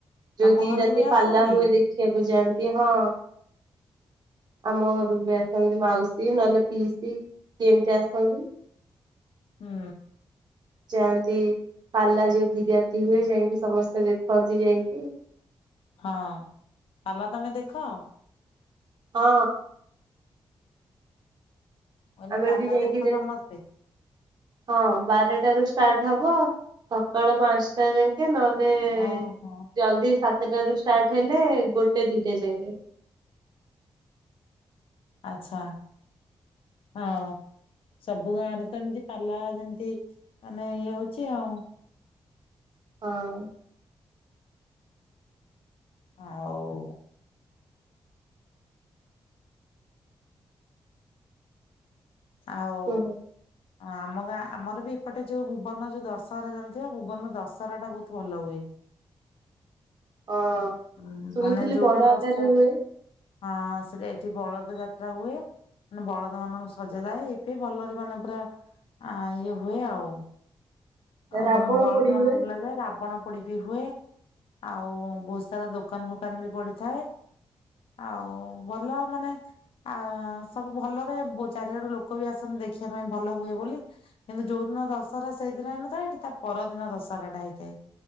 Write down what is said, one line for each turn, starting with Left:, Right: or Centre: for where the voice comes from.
Left: ତମ
Right: ଯଉ ଦି
Left: ଘରକୁ
Right: ରାତି
Left: ବି ଆସନ୍ତି?
Right: ପାଲା ହୁଏ ଦେଖିବାକୁ ଯାଆନ୍ତି ।ହଁ। ଆମ ଘରକୁ ବି ଆସନ୍ତି। ମାଉସୀ ନହେଲେ ପିଇସି ଯେମତି ଆସନ୍ତି।
Left: ହୁଁ।
Right: ଯାଆନ୍ତି ପାଲା ଯୋଉ ଦି ରାତି ହୁଏ ଯାଇକି ସମସ୍ତେ ଦେଖନ୍ତି ଯାଇକି।
Left: ହଁ । ପାଲା ତମେ ଦେଖ?
Right: ହଁ।
Left: କହିଲି
Right: ଆମେ
Left: ପାଲା
Right: ବି ଯାଇକି
Left: ଦେଖ
Right: ଦେଖୁ
Left: ସମସ୍ତେ
Right: ହଁ ବାରଟାରୁ ଷ୍ଟାର୍ଟ ହବ। ସକାଳ ପାଞ୍ଚଟା ଯାଇକେ ନହେଲେ
Left: ଓହୋ
Right: ଜଲ୍ଦି ସାତଟ ରୁ ଷ୍ଟାର୍ଟ ହେଲେ ଗୋଟେ ଦିଟା ଯାଇ। <unintelligible>
Left: ଆଚ୍ଛା ହଁ ସବୁ ଗାଁରେ ତ ଏମିତି ପାଲା ଯେମିତି ମାନେ ଇଏ ହଉଛି ଆଉ।
Right: ହଁ।
Left: ଆଉ ଆଉ
Right: କୁହ।
Left: ଆମ ଗାଁ ଆମର ବି ଏପଟେ ଯୋଉ ଭୁବନ ଯୋଉ ଦଶହରା ଜାଣିଥିବ ଭୁବନ ଦଶହରା ଟା ବହୁତ ଭଲ ହୁଏ।
Right: ହଁ
Left: ହଁ
Right: ଶୁଣିଥିଲି
Left: ମାନେ ଯଉନ
Right: ବଡ
Left: ତ
Right: ଆକାରରେ
Left: ହଁ
Right: ହୁଏ
Left: ସେଟ ଏଠି ବଳ ଯାତ୍ରା ହୁଏ ମାନେ ବଳଦ ମାନଙ୍କ ସଜାଯାଏ ଏବେ ଭଲରେ ମାନେ ପୁରା ଇଏ ହୁଏ ଆଉ। ଆଉ
Right: ରାବଣ
Left: ବଳଦ
Right: ପୋଡି
Left: ମାନଙ୍କୁ
Right: ହୁଏ
Left: ବୁଲାଯାଏ ରାବଣ ପୋଡି ବିି ହୁଏ। ଆଉ ବହୁତ ସାରା ଦୋକାନ ଫୋକାନ ବି ପଡିଥାଏ। ଆଉ ଭଲ ମାନେ ଆ ସବୁ ଭଲରେ ଚାରିଆଡୁ ଲୋକ ବି ଆସନ୍ତି ଦେଖିବା ପାଇଁ ଭଲ ହୁଏ ବୋଲି ।କିନ୍ତୁ ଯୋଉ ଦିନ ଦଶହରା ସେଇଦିନ ହେଇନଥାଏ ଏଠି ତା ପରଦିନ ଦଶହରା ଟା ହେଇଥାଏ